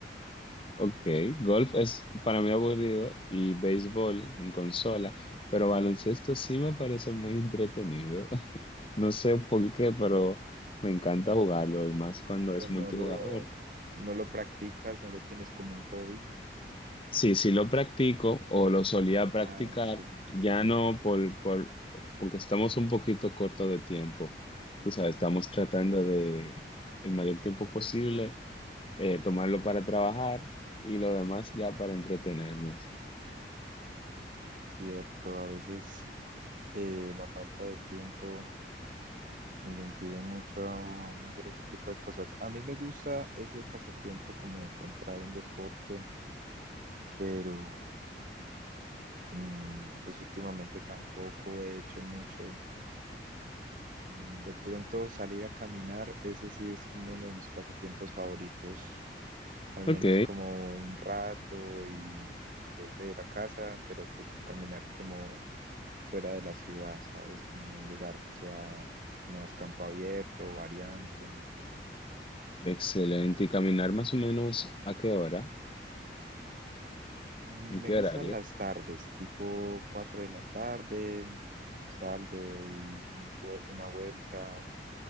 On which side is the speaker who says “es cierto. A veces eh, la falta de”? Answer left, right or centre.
Right